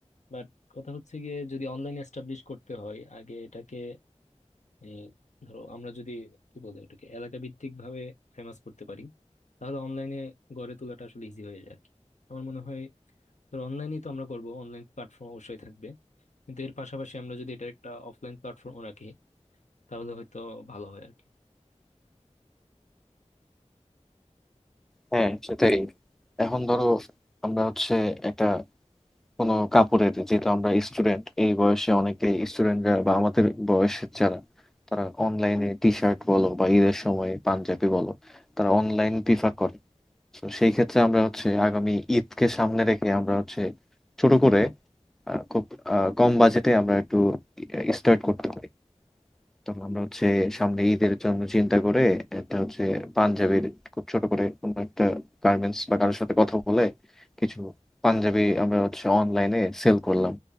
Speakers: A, on the left; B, in the centre.
A: বাট কথা হচ্ছে গিয়ে যদি অনলাইন এস্টাবলিশ করতে হয় আগে এটাকে এ, ধরো আমরা যদি কি বলে ওটাকে এলাকা ভিত্তিক ভাবে ফেমাস করতে পারি তাহলে অনলাইনে গড়ে তোলাটা আসলে ইজি হয়ে যায় আর কি। আমার মনে হয় ধরো অনলাইনেই তো আমরা করবো অনলাইন প্ল্যাটফর্ম অবশ্যই থাকবে কিন্তু এর পাশাপাশি আমরা যদি এটার একটা অফলাইন প্ল্যাটফর্ম রাখি তাহলে হয়তো ভালো হয় আর কি
B: হ্যাঁ সেটাই এখন ধরো আমরা হচ্ছে একটা কোনো কাপড়ের যেহেতু আমরা স্টুডেন্ট এই বয়সে অনেকে স্টুডেন্টরা বা আমাদের বয়সের যারা তারা অনলাইনে টি শার্ট বলো বা ঈদের সময় পাঞ্জাবি বলো তারা অনলাইন প্রিফার করে তো সেই ক্ষেত্রে আমরা হচ্ছে আগামী ঈদকে সামনে রেখে আমরা হচ্ছে ছোট করে আহ, খুব আহ, কম বাজেটে আমরা একটু স্টার্ট করতে পারি তখন আমরা হচ্ছে সামনে ঈদের জন্য চিন্তা করে একটা হচ্ছে পাঞ্জাবির খুব ছোট করে কোনো একটা গার্মেন্টস বা কারোর সাথে কথা বলে কিছু পাঞ্জাবি আমরা হচ্ছে অনলাইনে সেল করলাম